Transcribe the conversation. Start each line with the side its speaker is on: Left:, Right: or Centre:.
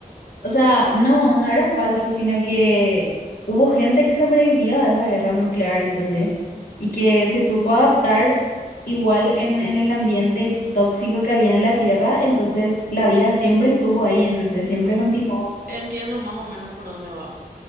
Left: o sea, no, no era falso, sino que hubo gente que sobrevivió a esa guerra nuclear, ¿entendés? Y que se supo adaptar igual en, en el ambiente tóxico que había en la Tierra, entonces la vida siempre estuvo ahí, ¿entendés?
Right: Mm,
Left: Siempre continuó.
Right: Entiendo más o menos por dónde va.